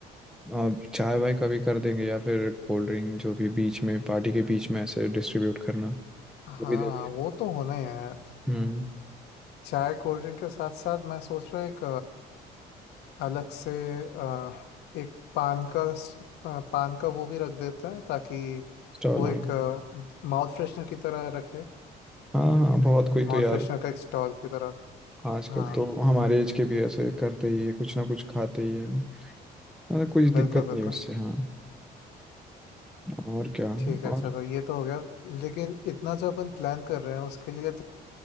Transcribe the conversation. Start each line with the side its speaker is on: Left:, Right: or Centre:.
Centre: अम, चाय वाय का भी कर देंगे या फिर कोल्ड ड्रिंक जो भी बीच में पार्टी के बीच में ऐसे डिस्ट्रीब्यूट करना वो
Left: हाँ
Centre: भी देख लेंगे
Left: वो तो होना ही है
Centre: हम्म
Left: चाय कोल्ड ड्रिंक के साथ साथ मैं सोच रहा हूँ एक अलग से अ, एक पान का स- अ, पान का वो भी रख देते हैं ताकि
Centre: स्टॉल
Left: वो
Centre: हाँ
Left: एक माउथ फ्रेशनर की तरह रखे
Centre: हाँ हाँ बहुत कोई
Left: माउथ
Centre: तो यार
Left: फ्रेशनर का एक स्टॉल की तरह
Centre: आजकल
Left: हाँ
Centre: तो हमारे एज के भी ऐसे करते ही है कुछ ना कुछ खाते ही है मतलब कुछ दिक्कत
Left: बिल्कुल बिल्कुल
Centre: नहीं उससे हाँ और क्या
Left: ठीक है
Centre: और
Left: चलो ये तो हो गया लेकिन इतना जो अपन प्लान कर रहे हैं उसके लिए तो,